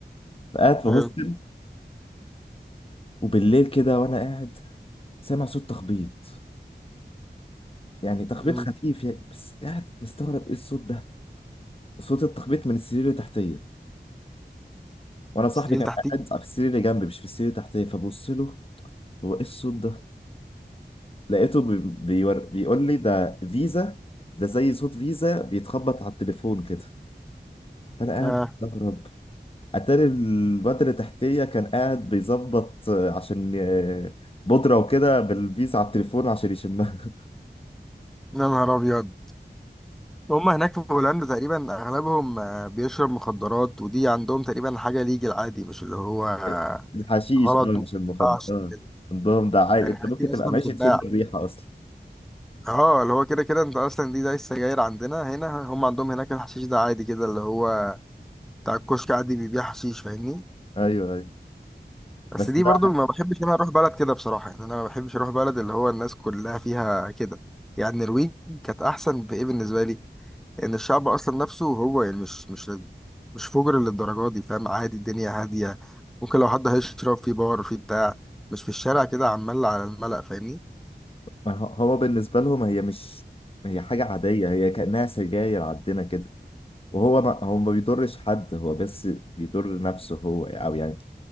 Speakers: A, on the left; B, in the centre.
A: فقاعد في
B: حلو
A: هوستل وبالليل كده وانا قاعد سامع صوت تخبيط يعني تخبيط
B: مم.
A: خفيف يعني بس قاعد مستغرب ايه الصوت ده صوت التخبيط من السرير اللي تحتيه وانا صاحبي
B: مصريين
A: كان
B: تحتيك
A: قاعد في السرير اللي جنبي مش في السرير اللي تحتيه فبص له هو ايه الصوت ده لقيته بي- بيور... بيقول لي ده فيزا ده زي صوت فيزا بيتخبط على التليفون كده فانا قاعد
B: آه.
A: استغرب اتاري الواد اللي تحتيه كان قاعد بيظبط آه، عشان آه، بودرة وكده بالفيزا على التليفون عشان يشمها
B: يا نهار ابيض هم هناك في هولندا تقريبا اغلبهم آه، بيشرب مخدرات ودي عندهم تقريبا حاجه ليجل عادي مش اللي هو آه،
A: <laughs> الحشيش
B: غلط
A: اه مش
B: وما
A: المخدر
B: ينفعش
A: اه
B: كده
A: عندهم ده عادي
B: يعني
A: انت
B: الحاجات
A: ممكن
B: دي
A: تبقى
B: اصلا
A: ماشي
B: بتتباع
A: تشم الريحة اصلا
B: اه اللي هو كده كده انت اصلا دي زي السجاير عندنا هنا هم عندهم هناك الحشيش ده عادي كده اللي هو بتاع الكشك عادي بيبيع حشيش فاهمني
A: ايوه ايوه
B: بس
A: بس
B: دي
A: بقى
B: برضو ما بحبش إن انا اروح بلد كده بصراحه يعني انا ما بحبش اروح بلد اللي هو الناس كلها فيها كده يعني النرويج كانت احسن بايه بالنسبه لي يعني الشعب اصلا نفسه هو يعني مش مش مش فجر للدرجه دي فاهم عادي الدنيا هاديه ممكن لو حد هيشرب في بار في بتاع مش في الشارع كده عمال على الملأ فاهمني
A: ما هو هو بالنسبة لهم هي مش هي حاجة عادية هي كأنها سجاير عندنا كده وهو ما هو ما بيضرش حد هو بس بيضر نفسه هو او يعني